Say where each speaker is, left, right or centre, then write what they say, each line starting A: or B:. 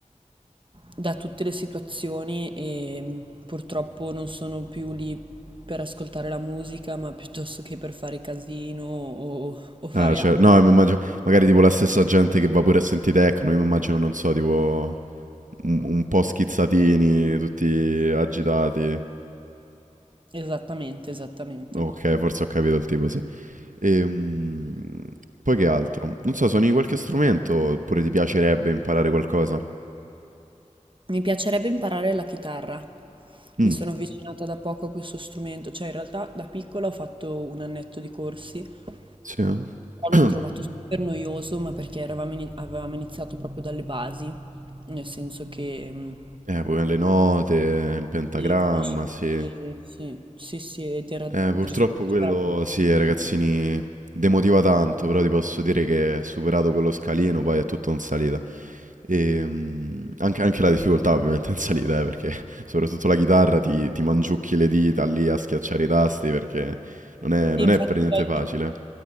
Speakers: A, on the right (about 40°); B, on the right (about 80°).
A: da tutte le situazioni e mm, purtroppo non sono più lì per ascoltare la musica, ma <laughs> piuttosto che per fare casino o, o fare
B: Ah, cioè,
A: altro.
B: no, mi immagino, magari tipo la stessa gente che va pure a sentire techno, io mi immagino, non so, tipo un, un po' schizzatini, tutti agitati.
A: Esattamente, esattamente.
B: Ok, forse ho capito il tipo, sì. Ehm, poi che altro? Non so, suoni qualche strumento oppure ti piacerebbe imparare qualcosa?
A: Mi piacerebbe imparare la chitarra.
B: Mm,
A: Mi sono avvicinata da poco a questo strumento, cioè in realtà da piccola ho fatto un annetto di corsi, però
B: sì. eh.
A: l'ho trovato
B: <clears throat>
A: super noioso, ma perché eravamo ini- avevamo iniziato proprio dalle basi, nel senso che mh,
B: Eh, poi le note, il pentagramma,
A: Di conoscerli,
B: sì.
A: sì, sì, sì, ed era un
B: Eh, purtroppo
A: risultato
B: quello,
A: veramente
B: sì,
A: molto
B: ragazzini,
A: buono.
B: demotiva tanto, però ti posso dire che superato quello scalino, poi è tutto in salita. E, mm, anche, anche la difficoltà ovviamente <laughs> in salita, eh, perché soprattutto la chitarra ti, ti mangiucchi le dita lì a schiacciare i tasti perché non è,
A: Sì,
B: non
A: infatti
B: è per niente
A: poi
B: facile.